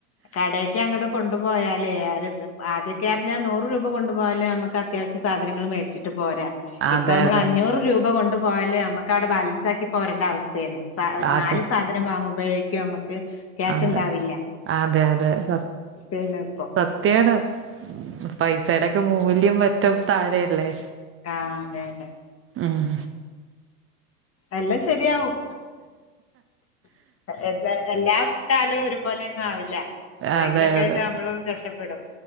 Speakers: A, on the left; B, on the right.
A: കടേക്കങ്ങട്ട് കൊണ്ടുപോയാലേ ആര് ആദ്യക്കെ അറിഞ്ഞാൽ നൂറ് രൂപ കൊണ്ടുപോയാലേ നമുക്കാ അത്യാവശ്യ സാധങ്ങള് മേടിച്ചിട്ട് പോരാ
B: അതെ
A: ഇപ്പമ്മള്
B: അതെ
A: അഞ്ഞൂറ് രൂപ കൊണ്ട് പോയാല് നമ്മുക്ക് അവിടെ ബാലൻസ് ആക്കി പോരേണ്ട അവസ്ഥ
B: അതെ
A: നാല് സാധനം വാങ്ങുമ്പോഴേക്കും നമുക്ക് ക്യാഷ്
B: അതെ
A: ഉണ്ടാവില്ല.
B: അതെ അതെ അതെ സ
A: ത്യന്നെ ഇപ്പം
B: സത്യാണ് പൈസെടൊക്കെ
A: അതെ അതെ
B: മൂല്യം പറ്റും. താഴെ അല്ലേ
A: ആഹ് അതെ അതെ
B: ആഹ്
A: എല്ലാം ശെരിയാവും. എാ എല്ലാ കാലവും ഒരുപോലെയൊന്നും ആവില്ല എപ്പോഴെങ്കിലൊക്കെ
B: അതെ
A: ആയിട്ട്
B: അതെ
A: നമ്മളൊന്നും രക്ഷപ്പെടും.